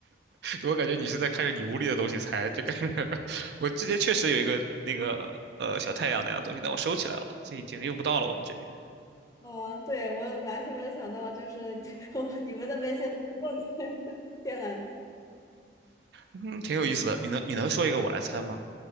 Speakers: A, on the right; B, on the left.
A: 我感觉你是在看着你屋里的东西猜，这感觉 <laughs> 我之前确实有一个那个呃小太阳那样的东西，但我收起来了，这已经用不到了。我们这边，
B: 哦，对，我完全没有想到，就是 <laughs> 我你们那边现在不用电 <laughs> 电缆。
A: 嗯，挺有意思的。你能你能说一个我来猜吗？